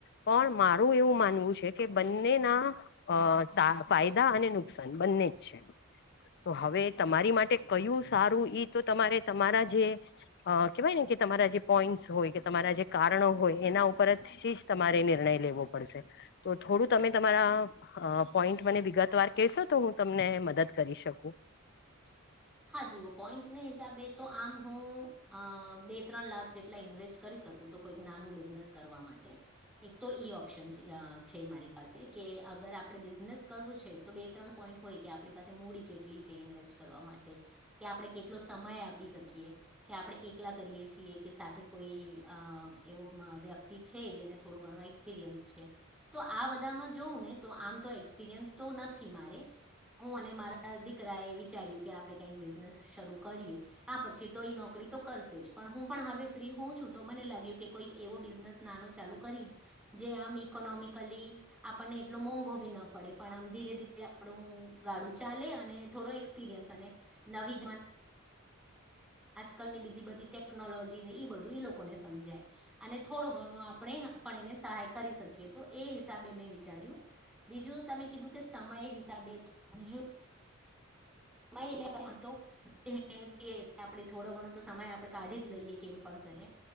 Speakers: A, on the left (about 50°); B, in the centre.
A: પણ મારું એવું માનવું છે કે બંનેના અ સા ફાયદા અને નુકસાન બંને છે. તો હવે તમારી માટે કયું સારું ઈ તો તમારે તમારા જે અ કેવાય ને કે તમારા જે પોઈન્ટસ હોય કે તમારા જે કારણો હોય એના ઉપરથી જ તમારે નિર્ણય લેવો પડશે તો તો થોડું તમે તમારા આ પોઈન્ટ મને વિગતવાર કહેશો તો હું તમને મદદ કરી શકું.
B: <inaudible> હા જુઓ પોઈન્ટને હિસાબે તો આમ હું આ બે ત્રણ લાખ જેટલા ઇન્વેસ્ટ કરીશ. શકું તો કોઈક નાનું બિઝનેસ કરવા માટે. એક તો ઈ ઓપ્શન છે મારી પાસે કે અગર આપણે બિઝનેસ કરવું છે તો બે ત્રણ પોઇન્ટ ઇન્ટ હોય કે આપણી પાસે મૂડી કેટલી છે ઇન્વેસ્ટ કરવા માટ ટે કે આપણે કેટલો સમય આપી શકીએ કે આપણે એકલા કરીએ છીએ કે સાથ તે કોઈ આ એવો વ્યક્તિ છે જેને થોડો ઘણું એક્સપિરિયન્સ છે તો આ બધામાં જોવું ને તો આમ તો એક્સપિરિયન્સ તો નથી મારે હું અને મારા દીકરા એ વિચાર્યું. કે આપડે કઈક બિઝનેસ શરૂ કરીએ આ પછી તો એ નોકરી તો તો કરશે જ પણ હું પણ હવે ફ્રી હોઉ છું તો મને લાગ્યું કે કોઈક એવો બિઝનેસ નાનો ચાલુ કરીએ. જે આમ ઈકોનોમિકલી આપણને એટલો મોંઘો બી ના પડે પણ આમ ધીરે ધીરે આપણું ગાડું ચાલે અને થોડો એક્સપિરિયન્સ અને નવી કાલ ની બીજી બધી ટેકનોલોજી ને બધું લોકોને સમજાય અને થોડો ઘણો આપણે પણ એને સહાય કરી શકીએ તો એ હિસાબે મેં વિ વિચાર્યું બીજું તમે કીધું કે સમય હિસાબે તો બીજું માય એટલે આમ તો <unintelligible> ને આપડે થોડો ઘણો તો સમય આપડે કાઢી જ લઈએ કેમ પણ ક કરે